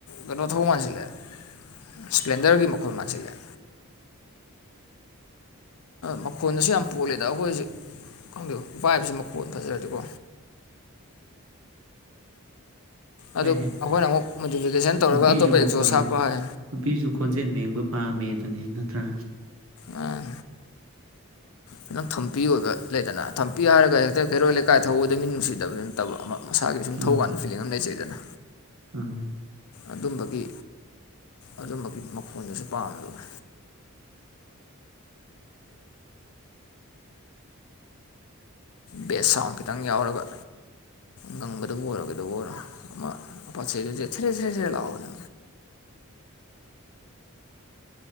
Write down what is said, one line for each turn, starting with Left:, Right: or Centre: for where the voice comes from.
Left: ꯀꯩꯅꯣ ꯊꯧ ꯃꯥꯟꯁꯤꯜꯂꯑꯦ ꯁꯄ꯭ꯂꯦꯟꯗꯔꯒꯤ ꯃꯈꯣꯜ ꯃꯥꯟꯁꯤꯜꯂꯛꯑꯦ ꯃꯈꯣꯟꯗꯁꯨ ꯌꯥꯝ ꯄꯣꯜꯂꯤꯗ ꯑꯩꯈꯣꯏꯁꯤ ꯈꯪꯗꯦ ꯄꯥꯏꯕꯁꯤ ꯃꯈꯣꯟ ꯐꯖꯔꯗꯤꯀꯣ
Right: ꯍꯣꯏꯅꯦ
Left: ꯑꯗꯨ ꯑꯩꯈꯣꯏꯅ ꯑꯃꯨꯛ ꯃꯣꯗꯤꯐꯤꯀꯦꯁꯟ ꯇꯧꯔꯒ
Right: ꯅꯨꯄꯤꯁꯨ
Left: ꯑꯇꯣꯞꯄ ꯑꯦꯛꯖꯣꯁ
Right: ꯃꯈꯣꯟ
Left: ꯍꯥꯞꯄ ꯍꯥꯏ
Right: ꯅꯨꯄꯤꯁꯨ ꯈꯣꯟꯖꯦꯜ ꯃꯦꯡꯕ ꯄꯥꯝꯃꯦ ꯑꯗꯨꯅꯤ ꯅꯠꯇ꯭ꯔꯥ
Left: ꯑꯥ ꯈꯤꯇꯪ ꯊꯝꯄꯤ ꯑꯣꯏꯕ ꯂꯩꯗꯅ ꯊꯝꯄꯤ ꯍꯥꯏꯔꯒ ꯍꯦꯛꯇ ꯀꯩꯔꯣꯏꯜ ꯂꯩꯀꯥꯏ ꯊꯧꯕꯗ ꯃꯤ ꯅꯨꯡꯁꯤꯗꯕꯅꯤ ꯅꯠꯇꯕ ꯑꯃ ꯃꯁꯥꯒꯤ ꯁꯨꯝ
Right: ꯎꯝ
Left: ꯊꯧꯀꯥꯟꯗ ꯐꯤꯂꯤꯡ ꯑꯃ ꯂꯩꯖꯩꯗꯅ
Right: ꯎꯝ
Left: ꯑꯗꯨꯝꯕꯒꯤ ꯑꯗꯨꯝꯕꯒꯤ ꯃꯈꯣꯟꯗꯨꯁꯨ ꯄꯥꯝꯃꯦꯕ ꯕꯦꯁ ꯁꯥꯎꯟ ꯈꯤꯇꯪ ꯌꯥꯎꯔꯒ ꯉꯪꯕꯗꯕꯨ ꯑꯣꯏꯔꯣ ꯀꯩꯗꯧꯕꯕꯨ ꯑꯣꯏꯔꯣ ꯑꯃ ꯄꯆꯦꯗꯤꯖ ꯊꯦꯔꯦ ꯊꯦꯔꯦ ꯊꯦꯔꯦ ꯂꯥꯎꯕꯅꯦ